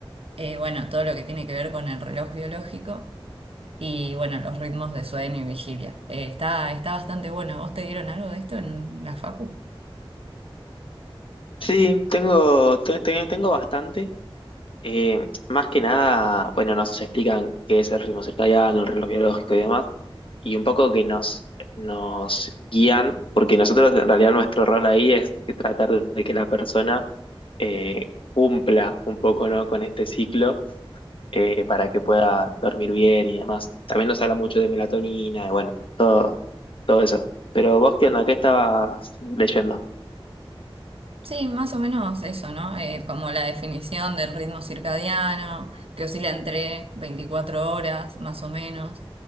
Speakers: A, on the right; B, on the left.
A: eh, bueno, todo lo que tiene que ver con el reloj biológico. Y bueno, los ritmos de sueño y vigilia. Eh, está, está bastante bueno. ¿Vos te dieron algo de esto en la facu?
B: Sí, tengo, te- te- tengo bastante. Eh, más que nada, bueno, nos explican qué es el ritmo circadiano, el reloj biológico y demás, y un poco que nos, nos guían, porque nosotros en realidad nuestro rol ahí es que tratar de que la persona eh, cumpla un poco, ¿no? con este ciclo eh, para que pueda dormir bien y demás. También nos habla mucho de melatonina y bueno, todo, todo eso. Pero vos, ¿qué onda? ¿Qué estabas leyendo?
A: Sí, más o menos eso, ¿no? Eh, como la definición del ritmo circadiano, que oscila entre 24 horas, más o menos.